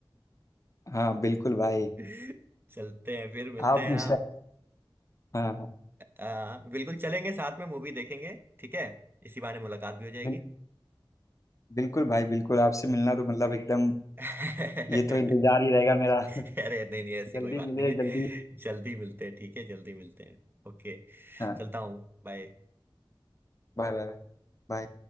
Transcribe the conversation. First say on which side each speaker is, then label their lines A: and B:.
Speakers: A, on the left; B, on the right.
A: <laughs> हाँ बिल्कुल भाई
B: <laughs> चलते हैं फिर मिलते
A: आप
B: हैं
A: मुझे
B: आप
A: हाँ हाँ
B: आ, बिल्कुल चलेंगे साथ में मूवी देखेंगे ठीक है इसी बहाने मुलाकात भी हो जाएगी
A: बिल-
B: <laughs>
A: बिल्कुल भाई बिल्कुल आपसे मिलना तो मतलब एकदम
B: अरे
A: ये तो इंतजार ही रहेगा मेरा <laughs>
B: नहीं
A: जल्दी
B: नहीं ऐसी कोई बात
A: मिले
B: नहीं है
A: जल्दी
B: जल्दी मिलते हैं ठीक है जल्दी मिलते हैं ओके
A: हाँ
B: चलता हूँ बाय
A: Bye bye bye